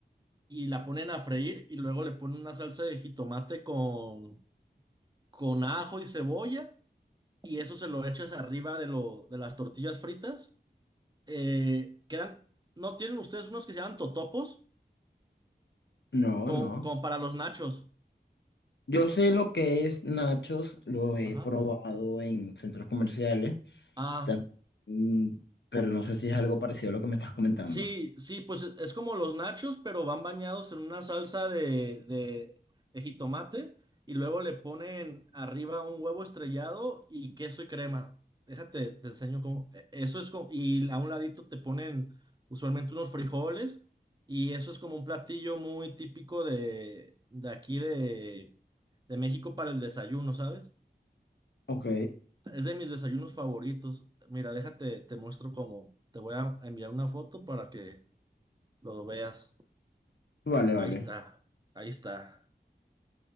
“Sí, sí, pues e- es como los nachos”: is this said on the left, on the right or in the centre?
Right